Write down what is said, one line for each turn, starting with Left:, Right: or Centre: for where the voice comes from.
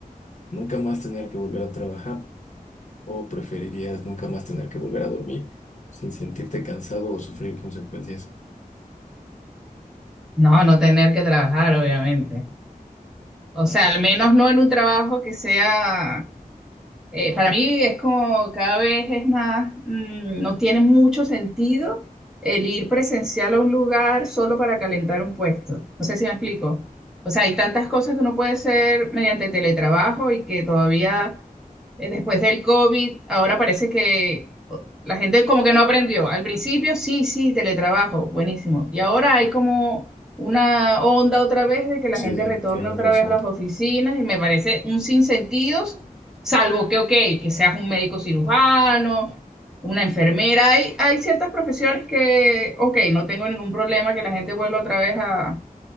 Left: Nunca más tener que volver a trabajar, o preferirías nunca más tener que volver a dormir sin sentirte cansado o sufrir consecuencias.
Centre: No, no tener que trabajar, obviamente. O sea, al menos no en un trabajo que sea Eh, para mí es como cada vez es más, mm, no tiene mucho sentido el ir presencial a un lugar solo para calentar un puesto. No sé si me explico. O sea, hay tantas cosas que uno puede hacer mediante teletrabajo y que todavía eh, después del COVID, ahora parece que oh, la gente como que no aprendió. Al principio, sí, sí, teletrabajo, buenísimo. Y ahora hay como una onda otra vez de que la
Left: Sí,
Centre: gente retorne
Left: tienes
Centre: otra
Left: razón.
Centre: vez a las oficinas y me parece un sinsentido Salvo que, ok, que seas un médico cirujano, una enfermera, hay, hay ciertas profesiones que, ok, no tengo ningún problema que la gente vuelva otra vez a,